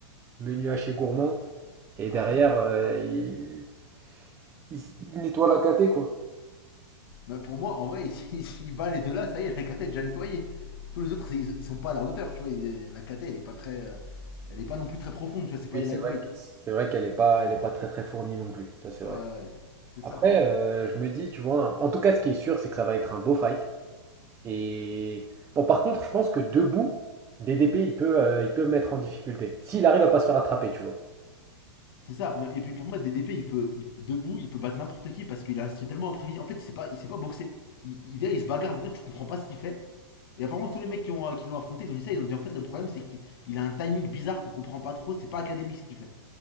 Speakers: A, on the right; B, on the left.
A: menu haché gourmand. Et
B: Ah,
A: derrière,
B: ouais.
A: euh, il, il- il nettoie la caté, quoi.
B: Bah, pour moi, en vrai, <laughs> s'il bat les deux là, ça y est, la cata est déjà nettoyée. Tous les autres, ils, ils sont pas à la hauteur, tu vois. ils- euh, la cata, elle est pas très. euh, elle est pas non plus très profonde, tu vois, c'est pas
A: Oui,
B: les
A: c'est
B: lightweight.
A: vrai, que- c'est vrai qu'elle n'est pas, elle est pas très très fournie non plus. Ça, c'est
B: Ouais,
A: vrai.
B: ouais, c'est ça.
A: Après, euh, je me dis, tu vois, en tout cas, ce qui est sûr, c'est que ça va être un beau fight. Et bon, par contre, je pense que debout, DDP, il peut, euh, il peut me mettre en difficulté. S'il arrive à pas se faire attraper, tu vois.
B: C'est ça. Mais- Et puis pour moi, DDP, il peut, il- debout, il peut battre n'importe qui parce qu'il a c'est tellement imprévisible. En fait, il sait pas, il sait pas boxer. Il, il vient, il se bagarre, avec l'autre, tu comprends pas ce qu'il fait. Et apparemment, tous les mecs qui l'ont qui l'ont affronté, ils ont dit ça, ils ont dit en fait, le problème, c'est qu'il il a un timing bizarre qu'on comprend pas trop, c'est pas académique ce qu'il fait.